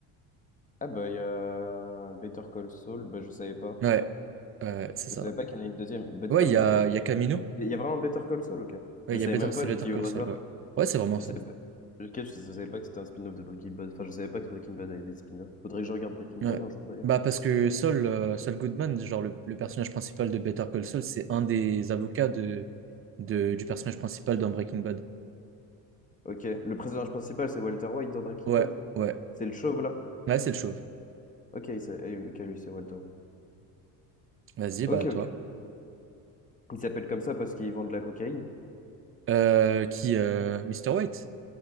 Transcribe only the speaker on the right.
Ouais. Ouais, c'est ça.
Ouais,
il
y a, il y a Camino.
Ouais,
il
y a Better...
c'est
Better
Call
Saul, ouais. Ouais, c'est vraiment
ça.
Ouais.
Bah parce que Saul, euh, Saul Goodman, genre le, le personnage principal de Better Call Saul, c'est un des avocats de, de- du personnage principal dans Breaking Bad.
Ouais,
ouais.
Ouais, c'est le chauve.
Vas-y,
bah
toi.
Euh, qui euh, Mr. White?